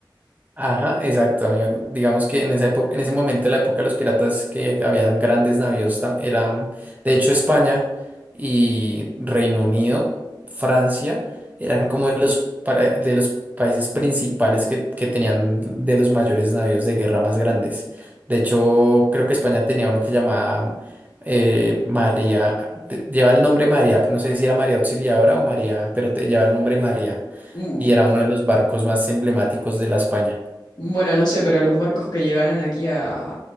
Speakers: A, on the right (about 20°); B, on the left (about 55°).
A: Ajá, exacto, amigo. Digamos que en esa época, en ese momento, la época de los piratas, que había grandes navíos, tam- eran, de hecho, España y Reino Unido, Francia, eran como de los, para- de los países principales que, que tenían de los mayores navíos de guerra más grandes. De hecho, creo que España tenía uno que llamaba eh, María, te- lleva el nombre María, no sé si era María Auxiliadora o María, pero te lleva el nombre María.
B: Mm.
A: Y era uno de los barcos más emblemáticos de la España.
B: Bueno, no sé, pero los barcos que llegaron aquí a